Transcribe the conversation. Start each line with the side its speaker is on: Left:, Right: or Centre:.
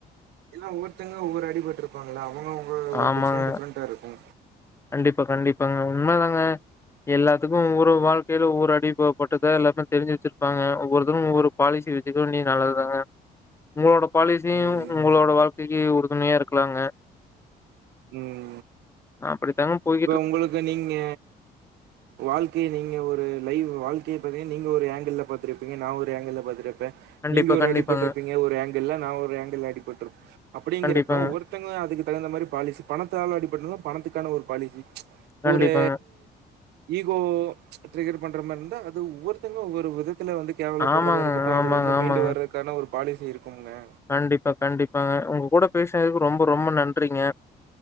Right: எல்லா ஒவ்வொருத்தங்க ஒவ்வொரு அடிட்ருப்பாங்கள அவுங்கவுங்க ஒரு
Left: ஆமாங்க
Right: டிஃப்ரெண்ட் டிஃப்ரெண்டா இருக்கு
Left: கண்டிப்பா கண்டிப்பாங்க உண்மதாங்க எல்லாத்துக்கு ஒவ்வொரு வாழ்க்கையில ஒவ்வொரு அடி ப பட்டுதா எல்லாருமே தெரிஞ்சி வச்சிருப்பாங்க ஒவ்வொருத்தரு ஒவ்வொருக் பாலிசி வச்சுக்க நீ நல்லதுதாங்க உங்களோடப் பாலிசியு
Right: ம்
Left: உங்களோட வாழ்க்கைக்கி உறுதுணையா இருக்ளாங்க
Right: ம்
Left: அப்டித்தாங்க போய்
Right: இப்ப உங்களுக்கு நீங்க வாழ்க்கைய நீங்க ஒரு லைவ் வாழ்க்கைய பாத்தீங்க நீங்க ஒரு அங்கிள்ல பாத்துருப்பீங்க நா ஒரு அங்கிள்ல பாத்துரப் பே
Left: கண்டிப்பா,
Right: நீங்க ஒரு
Left: கண்டிப்பாங்க.
Right: அடிபட்ருப்பீங்க ஒரு ஆங்கிள்ல நா ஒரு ஆங்கிள்ல அடிபட்ருப் அப்பிடிங்கறப்ப
Left: கண்டிப்பாங்க,
Right: ஒவ்வொருத் த்தங்க அதுக்கு தகுந்த மாரி பாலிசி பணத்தால அடி பட்டுந்தா பணத்துக்கான ஒரு பாலிசி
Left: கண்டிப்பாங்க.
Right: ஒரு ஈகோ ட்ரிகர் பண்ற மாரி இருந்தா அது ஒவ்வொருத்தங்க ஒவ்வொரு விதத்துல வந்து கேவலப்பட்றதா
Left: ஆமாங்க,
Right: இருக்குட்டு அதுல
Left: ஆமாங்க,
Right: இருந்து
Left: ஆமாங்க.
Right: மீண்டு வர்றக்கான ஒரு பாலிசி இருக்கூங்க
Left: கண்டிப்பா கண்டிப்பாங்க உங்க கூட பேசுனதுக்கு ரொம்ப ரொம்ப நன்றிங்க